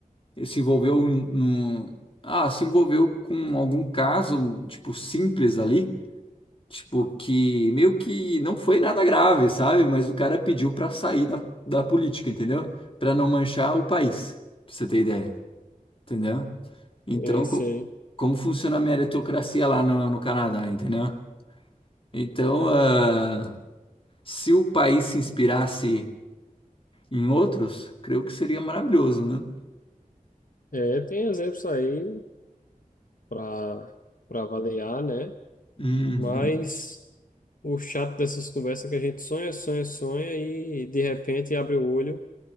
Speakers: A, on the left; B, on the left.
A: se envolveu no, ah, se envolveu com algum caso, tipo, simples ali, tipo, que meio que não foi nada grave, sabe? Mas o cara pediu pra sair da, da política, entendeu? Pra não manchar o país, pra você ter ideia, entendeu? Então,
B: É, sim
A: co- como funciona a meritocracia lá no, no Canadá, entendeu? Então, ah, se o país se inspirasse em outros, creio que seria maravilhoso, né?
B: é, tem exemplos aí para para avaliar, né?
A: Uhum,
B: Mas o chato dessas conversas é que a gente sonha, sonha, sonha e de repente abre o olho